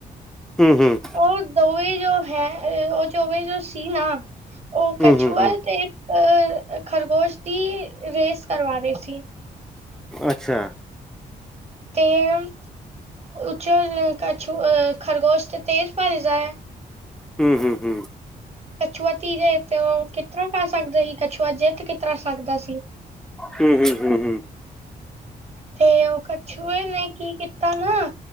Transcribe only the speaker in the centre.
ਹੂੰ-ਹੂੰ
ਹੂੰ ਹੂੰ ਹੂੰ
ਅੱਛਾ
ਹੂੰ-ਹੂੰ-ਹੂੰ
ਹੂੰ-ਹੂੰ-ਹੂੰ-ਹੂੰ